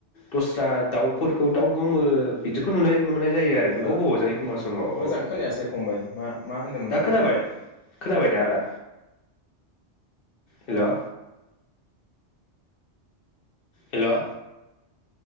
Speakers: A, on the left; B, on the left.
A: दस्रा दाउफोरखौ दाउ गोमो बिदिखौ नुनाय नुनाय जायो आरो
B: ओ
A: गोबाव गोबाव जायो एखमबा समाव
B: मोजां
A: औ
B: खोनायासै फंबाय मा मा होनदोंमोनबा
A: दा खोनाबाय
B: अ
A: खोनाबाय दा आदा हेलौ हेलौ